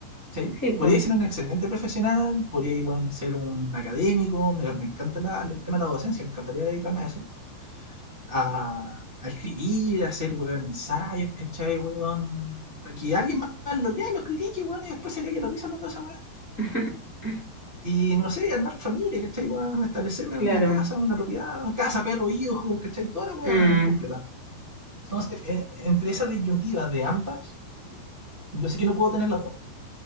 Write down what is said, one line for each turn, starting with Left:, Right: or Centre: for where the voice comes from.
Right: ¿sí?
Left: Sí, pues.
Right: Podría ser un excelente profesional, podría igual ser un académico. Me, me encanta la- el tema de la docencia, me encantaría dedicarme a eso. A, a escribir, a hacer weón, ensayos, ¿cachai? Weón, para que alguien más los lea, los critique, weón, y después se le que lo hizo hablando de esa weón.
Left: <laughs>
Right: Y no sé, armar familia, ¿cachai? Bueno, establecerme
Left: Claro.
Right: en una casa, una propiedad, casa, perro, hijos, ¿cachai? Toda la weá
Left: Mm,
Right: completa. Entonces, eh, entre esas disyuntivas de ambas, yo sé que no puedo tener las dos.